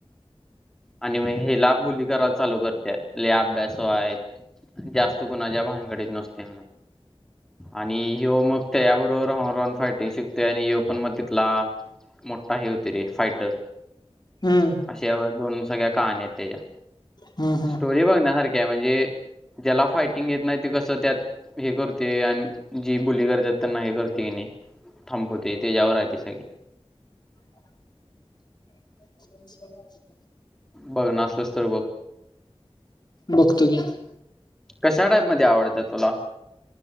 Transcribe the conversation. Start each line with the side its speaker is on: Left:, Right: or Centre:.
Centre: आणि म हेला बुली करा चालू करतेय ले अभ्यास आहेत जास्त कुणाच्या भांगडीत नसते आणि हिो मग त्या याबरोबर राहून राहून फायटिंग शिकतोय आणि हिो पण मग तिथला मोठा हे होते रे फायटर
Left: हम्म
Centre: अशा दोन सगळ्या कहाणी आहेत त्याच्या
Left: हम्म हम्म
Centre: स्टोरी बघण्यासारखी आहे म्हणजे ज्याला फायटिंग घेत नाही ते कस त्यात हे करते आणि जी बुली करतात त्यांना हे करते की नाही थांपवते तेच्या्यावर राहते सगळी
Left: <inaudible> ह्
Centre: बघणार असलं तर बघ
Left: बघतो गी
Centre: कशा टाईप मध्ये आवडतात तुला